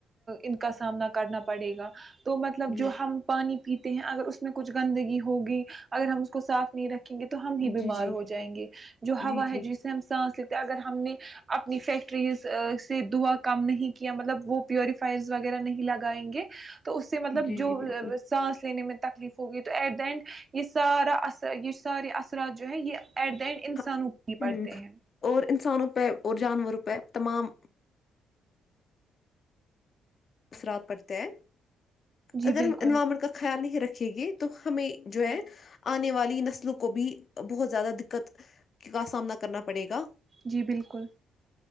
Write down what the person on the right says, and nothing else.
ان کا سامنا کرنا پڑے گا تو مطلب
جو ہم پانی پیتے ہیں اگر اس میں کچھ گندگی ہوگی اگر ہم اس کو صاف نہیں رکھے یں گے تو ہم ہی
بیمار
ہو جائیں گے جو ہوا
ہے
جس سے ہم سانس ل اگر ہم نے اپنی فیکٹریز سے دعا کام نہیں کیا مطلب وہ پیوریفائر وغیرہ نہیں لگائیں گے تو اس سے مطلب
جو
سانس لینے میں تکلیف ہوگئی تو ایٹ دا اینڈ یہ سارا اثر یہ سارے اثرات جو ہے یہ ایٹ دا اینڈ انسانوں
کو ہی پڑتے ہیں
جی
بالکل
جی بالکل